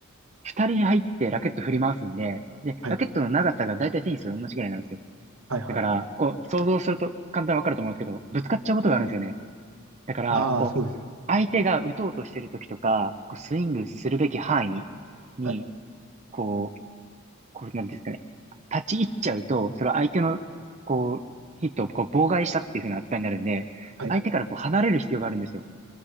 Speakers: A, on the right (about 35°); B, on the right (about 80°).
A: 二人入ってラケット振り回すんで、で、
B: はい。
A: ラケットの長さが大体テニスと同じぐらいなんですよ。
B: はいはいはい。
A: だから、こう、想像すると簡単にわかると思うんですけど、ぶつかっちゃうことがあるんですよね。だから、
B: ああ、
A: こう、
B: そうですね。
A: 相手が打とうとしてる時とか、こうスイングするべき範囲に
B: はい。
A: こう、これなんですかね。立ち入っちゃうと、それは相手の、こう、ヒットをこう妨害したっていう風な扱いになるんで、
B: はい。
A: 相手からこう離れる必要があるんですよ。